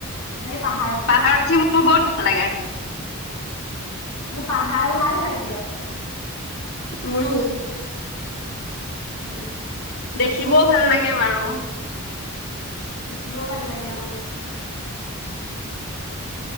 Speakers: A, on the left; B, on the left.
A: মানে পাহাৰত-
B: পাহাৰত উঠি মোৰ বহুত ভাল লাগে।
A: মোৰ পাহাৰ ভাল লাগে অক
B: মোৰো
A: হম।
B: দেখিবও ভাল লাগে বাৰু
A: দুখিব ভাল লাগ আৰু